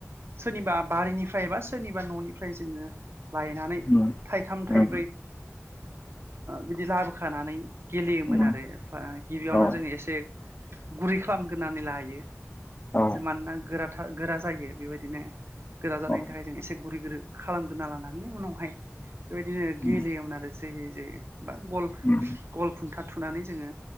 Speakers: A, on the right; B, on the left.
A: सोरनिबा बारिनिफ्राय बा सोरनिबा न'निफ्राय जोङो लायनानै
B: उम
A: थाइथाम थाइब्रै
B: उम
A: बिदि लाबोखानानै गेलेयोमोन
B: उम
A: आरो गिबियावनो
B: औ
A: जोङो एसे गुरै खालामग्रोनानै लायो
B: औ
A: जो मानोना गोरा गोरा जायो बेबायदिनो गोरा जानायनि
B: औ
A: थाखाय जों एसे गुरै गोरै खालामगोरना लानानै उनावहाय बेबायदिनो
B: उम
A: गेलेयोमोन आरो जोयै जोयै बा गल
B: उम
A: गल खुन्था थुनानै जोङो